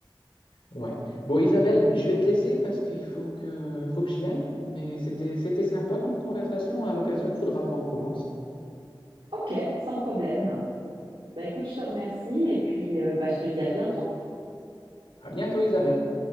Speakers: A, on the left (about 85°); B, on the right (about 85°).
A: Ouais. Bon, Isabelle, je vais te laisser parce qu'il faut que, faut que j'y aille. Mais c'était, c'était sympa comme conversation. À l'occasion, il faudra qu'on recommence.
B: Ok, sans problème. Bah écoute, je te remercie et puis euh, bah, je te dis à bientôt.
A: À bientôt, Isabelle.